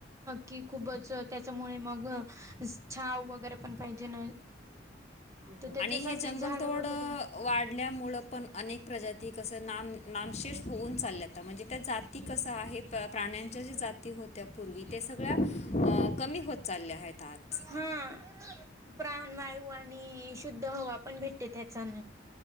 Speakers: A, on the right; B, on the left.
A: कि खूपच त्याच्यामुळे मग छाव वगैरे पण पाहिजे ना. तर त्याच्यासाठी
B: आणि हे जंगलतोड
A: झाड वगैरे.
B: अ, वाढल्यामुळं पण अनेक प्रजात. ती कसं नाम नामशेष होऊन चाललंता म्हणजे त्या जाती कसं आहे प्राण्यांच्या जी जाती होत. त्यापूर्वी ते सगळ्या कमी होत चालल्या आहेत आज.
A: हा प्राण वायू आणि शुद्ध हवा पण भेटते त्याचान.